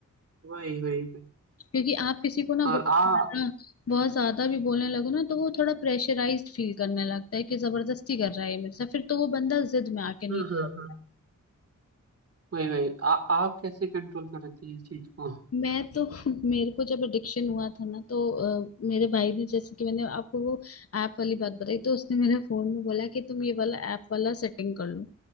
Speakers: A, on the right; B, on the left.
A: वही वही वही
B: क्योंकि आप किसी को ना
A: और
B: बहुत
A: आ हाँ
B: ज्यादा- बहुत ज्यादा भी बोलने लगो ना तो वो थोड़ा प्रेशराइज्ड फील करने लगता है कि जबरदस्ती कर रहा है ये मेरे साथ फिर तो वो बंदा जिद में आके नहीं
A: हाँ
B: छोड़ता
A: हाँ वही वही आ आप कैसे कंट्रोल करती है इस चीज को
B: मैं तो <laughs> मेरे को जब एडिक्शन हुआ था ना तो अ, मेरे भाई ने जैसे कि मैंने आपको वो ऐप वाली बात बताई तो उसने मेरे फोन में बोला कि तुम ये वाला ऐप वाला सेटिंग कर लो